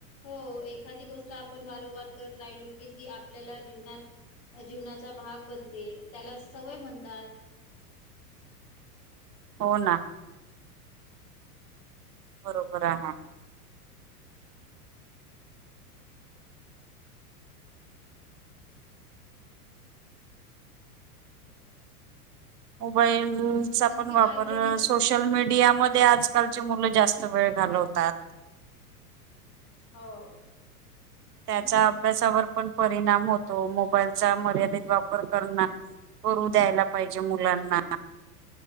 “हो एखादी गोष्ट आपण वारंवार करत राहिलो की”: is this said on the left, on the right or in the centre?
Left